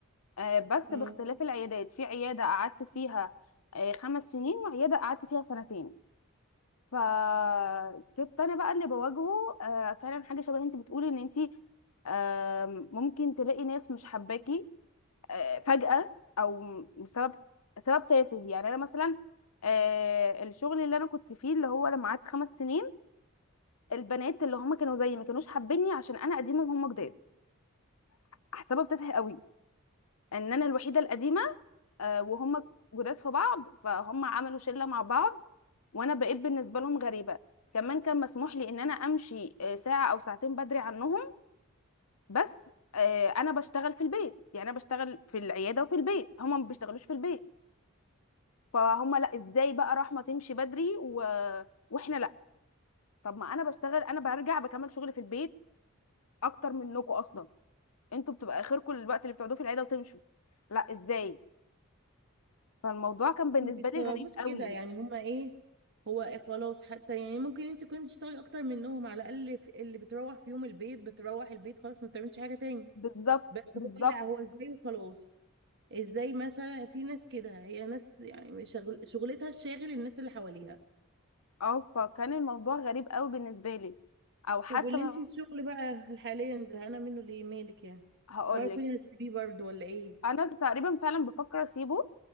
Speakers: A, on the left; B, on the right.
A: آه، بس
B: اه
A: باختلاف العيادات في عياده قعدت فيها آه، خمس سنين وعياده قعدت فيها سنتين فكنت انا بقى اللي بواجهه آه، فعلا حاجه شبه انت بتقولي ان انت آم، ممكن تلاقي ناس مش حباكي آه، فجأة او بسبب سبب تافه يعني انا مثلا آه، الشغل اللي انا كنت فيه اللي هو لما قعدت خمس سنين البنات اللي هم كانوا زيي ما كانوش حابيني عشان انا قديمه وهم جداد احسبها بتافه قوي ان انا الوحيده القديمه آه، وهم جداد في بعض فهم عملوا شله مع بعض وانا بقيت بالنسبه لهم غريبه كمان كان مسموح لي ان انا امشي آه، ساعه او ساعتين بدري عنهم بس آه، انا بشتغل في البيت يعني انا بشتغل في العياده وفي البيت هم ما بيشتغلوش في البيت فهم لا ازاي بقى رحمه تمشي بدري و... واحنا لا طب ما انا بشتغل انا برجع بكمل شغلي في البيت اكتر منكم اصلا انتوا بتبقى اخركم الوقت اللي بتقعدوه في العياده وتمشوا لا ازاي فالموضوع كان بالنسبه
B: ما بيستوعبوش
A: لي غريب قوي
B: كده يعني هما ايه هو إيه خلاص حتى يعني ممكن انت تكوني بتشتغلي اكتر منهم على الاقل في- اللي بتروح في يوم البيت بتروح البيت خلاص ما بتعملش حاجة تاني
A: بالظبط
B: بس
A: بالظبط
B: هو لا هو ازاي وخلاص ازاي مثلا في ناس كده هي ناس يعني شغل شغلتها الشاغل الناس اللي حواليها
A: اه فكان الموضوع غريب قوي بالنسبه لي او حتى
B: طب واللي
A: ما
B: انت الشغل بقى حاليا زهقانة منه ليه مالك يعني
A: هقول
B: اوعي تكوني
A: لك
B: هتسيبيه برضه ولا ايه
A: انا تقريبا فعلا بفكر اسيبه